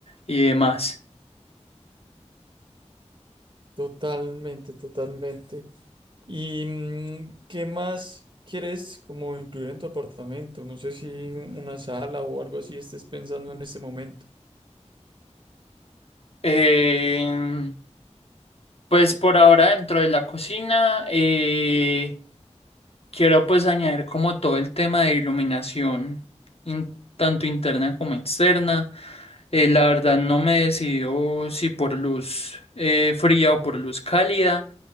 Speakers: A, on the left; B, on the right.
A: y demás.
B: Totalmente, totalmente. ¿Y mm, qué más quieres como incluir en tu apartamento? No sé si un- una sala o algo así estés pensando en este momento.
A: Eh, pues por ahora dentro de la cocina eh, quiero pues añadir como todo el tema de iluminación, in- tanto interna como externa. Eh, la verdad no me he decidido si por luz eh, fría o por luz cálida,